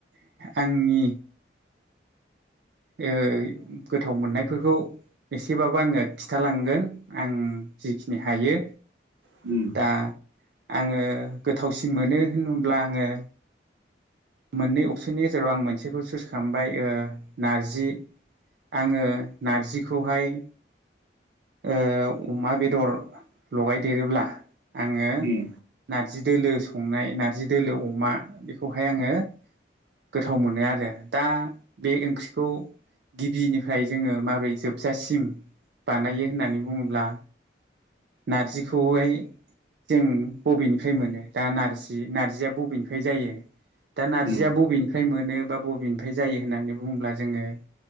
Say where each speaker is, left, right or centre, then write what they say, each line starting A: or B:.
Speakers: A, on the right; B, on the right.
A: आंनि ओ गोथाव मोननायफोरखौ एसेबाबो आङो खिथालांगोन आं जिखिनि हायो
B: उम
A: दा आङो गोथावसिन मोनो होनोब्ला आङो मोननै अपसननि गेजेराव आं मोनसेखौ चुस खालामबाय ओ नारजि आङो नारजिखौहाय ओ अमा बेदर लगायदेरोब्ला आङो
B: उम
A: नार जि दोलो संनाय नारजि दोलो अमा बेखौहाय आङो गोथाव मोनो आरो दा बे ओंख्रिखौ गिबिनिफ्राय जोङो माबोरै जोबजासिम बानायो होननानै बुङोब्ला नारजिखौहाय जों बबेनिफ्राय मोनो दा नारजि नार्जिया बबेनिफ्राय जायो दा नार्जिया
B: उम
A: बबेनिफ्राय मोनो बा बबेनिफ्राय जायो होननानै बुङोब्ला जोङो